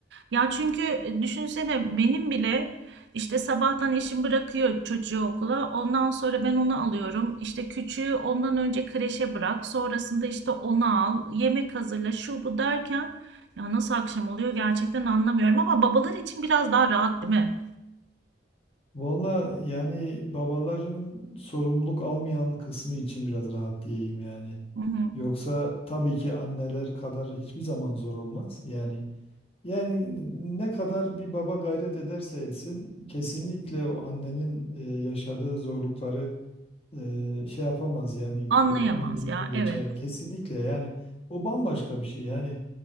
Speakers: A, on the right (about 70°); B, on the left (about 35°).
A: Ya çünkü e, düşünsene benim bile işte sabahtan eşim bırakıyor çocuğu okula. Ondan sonra ben onu alıyorum. İşte küçüğü ondan önce kreşe bırak. Sonrasında işte onu al. Yemek hazırla şu bu derken ya nasıl akşam oluyor gerçekten anlamıyorum. Ama babalar için biraz daha rahat değil mi?
B: Valla yani babaların sorumluluk almayan kısmı için biraz rahat diyeyim yani.
A: Hı hı.
B: Yoksa tabii ki anneler kadar hiçbir zaman zor olmaz. Yani yani ne kadar bir baba gayret ederse etsin kesinlikle o annenin e, yaşadığı zorlukları e, şey yapamaz yani
A: Anlayamaz
B: e, onun yerine
A: ya
B: geçer.
A: evet.
B: Kesinlikle yani o bambaşka bir şey yani